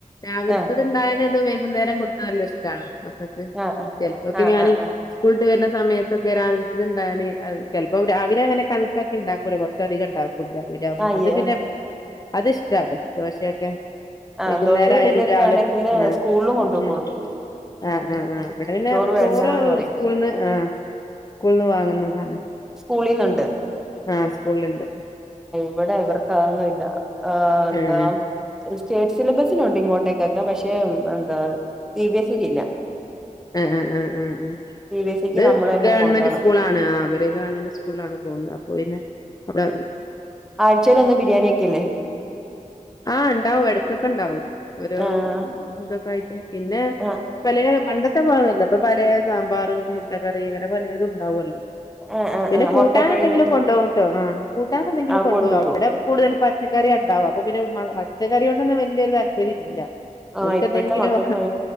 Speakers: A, on the left; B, in the centre.
A: രാവിലത്ത
B: ആഹ്
A: ഇത്ണ്ടായാല അത് വൈകുന്നേരം കൊടുത്ത നല്ല ഇഷ്ടമാണ് മക്കൾക്ക്
B: ആഹ്
A: ചിലപ്പോക്കെ
B: ആഹ്
A: ഞാൻ
B: ആഹ് ആഹ്
A: സ്കൂളിട്ട് വര സമയത്തൊക്കെ രാവിലത്ത ഇണ്ടയാൽ ചിലപ്പോ രാവിലെ അങ്ങനെ കണക്കക്കി ഉണ്ടാക്കൂല കുറച്ച അധികം ഉണ്ടാകും മ്മ
B: ആഹ്
A: അത് പിന്നെ അത് ഇഷ്ടാണ് ദോശയൊക്കെ
B: ആഹ്
A: വൈകുന്നേരയാലും
B: ദോശയും ഇഡലിയൊക്കെ
A: രാവിലെ
B: ആണെങ്കില്
A: ആഹ
B: സ്കൂളിലും കൊണ്ടുപോക്കോളും
A: ഉം ആഹ് ആഹ് ആഹ് ഇവിടെ പിന്നെ
B: ചോറ്
A: ചോറ
B: വേണ്ടാന്ന് പറയും
A: സ്കൂളന്ന് ആഹ സ്കൂളിന് വാങ്ങുന്നതാണ്
B: സ്കൂളിന്ന് ഉണ്ട്
A: ആ സ്കൂളിലിണ്ട്
B: ഇവിടെ ഇവർക്ക് അതൊന്നുയില്ല ആ എന്താ
A: ആഹ്
B: സ്റ്റേറ്റ് സിലബസിലുണ്ട് ഇങ്ങോട്ടേക്കൊക്കെ പക്ഷെ എന്താ സി ബി എസ് സി ക്ക് ഇല്ല
A: ആ ആ ആ ഉ
B: സി ബി എസ് ഇക്ക്
A: ഇത്
B: നമ്മള് തന്നെ
A: ഗവൺമെന്റ്
B: കൊണ്ടോണം
A: സ്കൂളാ ആണോ അവര് ഗവൺമെന്റ് സ്കൂളാണ് പോകുന്നത് അപ്പോ പിന്നെ അവിടെ
B: ആഴ്ചയിൽ ഒന്ന് ബിരിയാണിയെക്കെയല്ലേ
A: ആഹ് ഇണ്ടാവും ഇടക്കൊക്കെ ഇണ്ടാവും ഓരോ
B: ആഹ്
A: ഇതൊക്കെ ആയിട്ട് പിന്നെ
B: ആഹ്
A: പലേപണ്ടത്തെ പോലെ ഇപ്പൊ പല സാമ്പാറും മുട്ട കറി ഇങ്ങനെ പല ഇത് ഉണ്ടാവല്ലോ.
B: ആഹ് ആഹ്
A: പിന്നെ
B: ആഹ്
A: കൂട്ടാന
B: മുട്ട പുഴുങ്ങിയതും
A: എന്തെങ്കിലും കൊണ്ട് പോകട്ടോ. ആ കൂട്ടാന എന്തെങ്കിലും
B: ആഹ്
A: കൊണ്ടുപോ
B: കൊണ്ടുപോകും
A: അവിടെക്ക കൂടുതലും പച്ചക്ക കറി ഉണ്ടാവും, അപ്പ പിന്നെ പച്ചക്കറി ഒന്ന നക്കൊരു താല്പരില്ല.
B: ആഹ്
A: ഓൾക്‌
B: ഇപ്പോഴത്തെ
A: എന്തെങ്കിലും
B: മക്കൾക്ക്